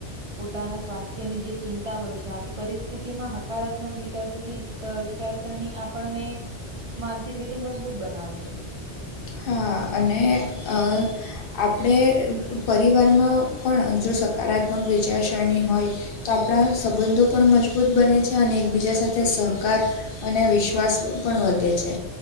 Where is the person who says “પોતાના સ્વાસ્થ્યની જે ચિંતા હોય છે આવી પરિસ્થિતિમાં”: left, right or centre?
Right